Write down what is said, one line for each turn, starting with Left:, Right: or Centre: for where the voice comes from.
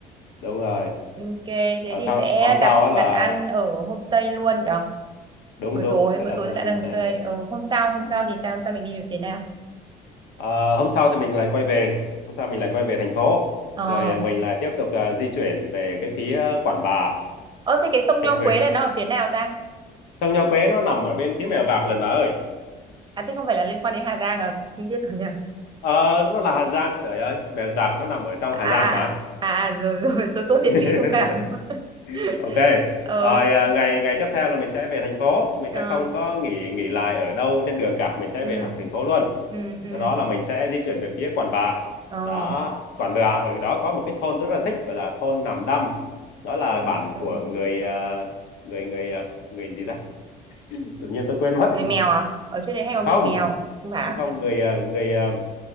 Left: đúng rồi
Right: ok thế
Left: Ờ,
Right: thì
Left: sau
Right: sẽ
Left: hôm sau
Right: đặt
Left: á là
Right: đặt ăn ở homestay luôn đó
Left: đúng
Right: buổi
Left: đúng
Right: tối
Left: sẽ
Right: bữa
Left: đặt
Right: tối
Left: ra
Right: sẽ
Left: là
Right: đặt
Left: homestay
Right: ăn ở homestay
Left: luôn
Right: ờ hôm sau hôm
Left: ừ.
Right: sau thì sao hôm sau mình đi về phía nào
Left: Ờ, hôm sau thì mình lại quay về hôm sau mình lại quay về thành phố
Right: ờ
Left: rồi à, mình lại tiếp tục à, di chuyển về cái phía Quản Bạ
Right: ờ thế cái sông Nho
Left: về
Right: Quế
Left: huyện
Right: là
Left: Quản
Right: nó
Left: Bạ
Right: ở phía nào ta
Left: sông Nho Quế nó nằm ở bên phía Mèo Vạc lần bà ơi
Right: à thế không phải là liên quan đến Hà Giang à không biết nhỉ
Left: Ờ, nó là Hà Giang trời ơi Mèo Vạc nó nằm ở trong
Right: à
Left: Hà
Right: à
Left: Giang mà
Right: à à, rồi <laughs> rồi tôi dốt địa
Left: <laughs>
Right: lý thông cảm <laughs>
Left: ok
Right: ờ
Left: rồi à, ngày ngày tiếp theo là mình sẽ về thành phố mình
Right: ờ
Left: sẽ không có nghỉ nghỉ lại ở đâu trên đường cả mình sẽ
Right: ừ
Left: về thẳng thành phố luôn
Right: ừ ừ
Left: Sau đó là mình sẽ di chuyển về phía Quản Bạ.
Right: ờ
Left: Đó, Quản Bạ ở đó có một cái thôn tôi rất là thích gọi là thôn Nằm Đăm. Đó là
Right: tôi,
Left: bản
Right: tôi-
Left: của người ờ, người người ờ, người gì ta? Tự nhiên tôi quên mất.
Right: người
Left: <laughs>
Right: mèo à ở chỗ đấy hay có
Left: Không,
Right: người mèo không phải
Left: không
Right: à?
Left: không người ờ, người ờ,